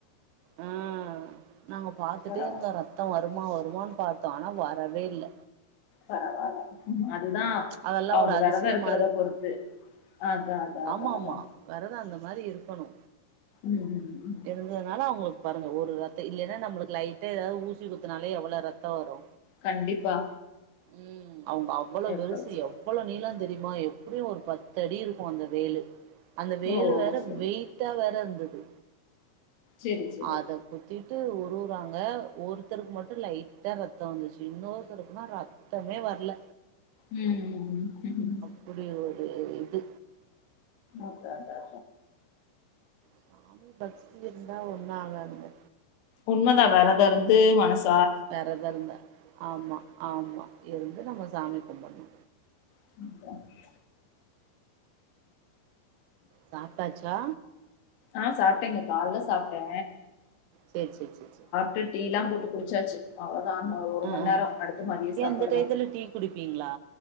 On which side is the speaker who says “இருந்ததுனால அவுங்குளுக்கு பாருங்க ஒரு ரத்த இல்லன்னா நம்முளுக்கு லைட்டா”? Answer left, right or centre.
Right